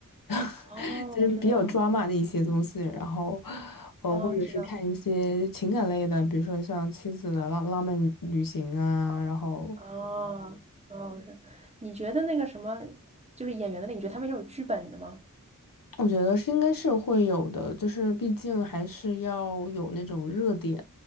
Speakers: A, on the left; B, on the right.
A: <laughs>
B: 哦，
A: 就是比较
B: 我知道，
A: drama 的一些东西，然后呃或者是看一些情感类的，
B: 哦，我知道，
A: 比如说像《妻子的浪浪漫旅行》啊，然后。
B: 哦哦，我知道。你觉得那个什么，就是演员的那你觉得他们是有剧本的吗？
A: 我觉得是应该是会有的，就是毕竟还是要有那种热点，